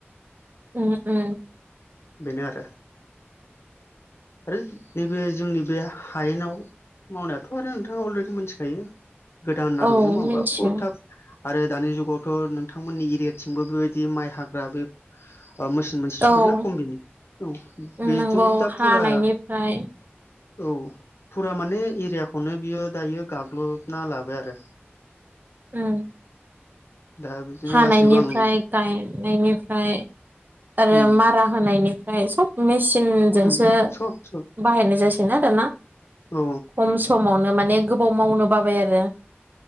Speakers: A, on the right; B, on the left.
A: उ उ
B: बेनो आरो आरो नैबे जोंनि बे हायेनाव मावनायाथ' आरो नोंथाङा अलरेडि मोनथिखायो गोदान
A: मिथियो औ
B: आदबजों मावबा
A: मिन्थियो
B: बह थाब आरो दानि जुगावथ' नोंथांमोननि एरियाथिंबो बेबायदि माइ हाग्रा बे ओ मोसेन मोनसे सफैदोंना
A: औ
B: कमबिन नि औ बेजोंथ'
A: नंगौ
B: दा
A: हानायनिफ्राय
B: फुरा औ फुरा माने एरियाखौनो बियो दायो गाग्लोबना ला बाय आरो।
A: ओं
B: दा बिदिनो
A: हानायनिफ्राय
B: गासिबो आं
A: गायनायनिफ्राय आरो
B: उम
A: मारा होनायनिफ्राय सब मेचनजोंसो
B: उम सब सब
A: बाहायनाय जासै ना दाना।
B: औ
A: खम समावनो माने गोबाव मावनो बाबाय आरो।